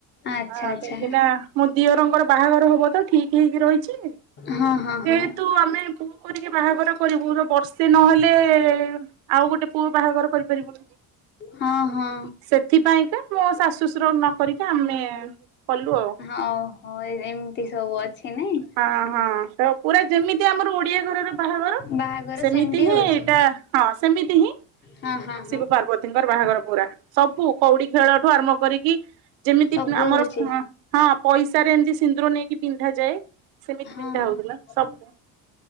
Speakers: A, on the left (about 30°); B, on the right (about 80°).
A: ଆଚ୍ଛା
B: ଆ
A: ଆଚ୍ଛା
B: କାହିଁକି ନା ମୋ ଦିଅରଙ୍କର ବାହାଘର ହବ ତ ଠିକ ହେଇକି ରହିଛି
A: ହଁ ହଁ ହଁ
B: ଯେହେତୁ ଆମେ ଟିକେ ବାହାଘର କରିବୁ ବର୍ଷେ ନହେଲେ ଆଉ ଗୋଟେ ପୁଅ ବାହାଘର କରିପାରିବୁନୁ।
A: ହଁ ହଁ
B: ସେଥିପାଇଁକା ମୋ ଶାଶୁ ଶଶୁର ନ କରିକା ଆମେ କଲୁ ଆଉ।
A: ଓହୋ ଏମିତି ସବୁ ଅଛି ନାଇଁ।
B: ହଁ ହଁ ତ ପୁରା ଯେମିତି ଆମର ଓଡିଆ ଘରର ବାହାଘର
A: ବାହାଘର
B: ସେମିତି ହିଁ
A: ହଉଛି।
B: ଏଇଟା ହଁ ସେମିତି ହିଁ
A: ହଁ ହଁ ହଁ
B: ଶିବ ପାର୍ବତୀ। ଙ୍କର ବାହାଘର ପୁରା ସବୁ କଉଡି ଖେଳଠୁ ଆରମ୍ଭ କରିକି ଯେମିତି
A: ସବୁ
B: ଆମର
A: ହଉଛି
B: ହଁ ପଇସା ରେ ଏମିତି ସିନ୍ଦୁର ନେଇକି ପିନ୍ଧାଯାଏ। ସେମିତି
A: ହଁ
B: ପିନ୍ଧା ହଉଥିଲା
A: ହଁ
B: ସବୁ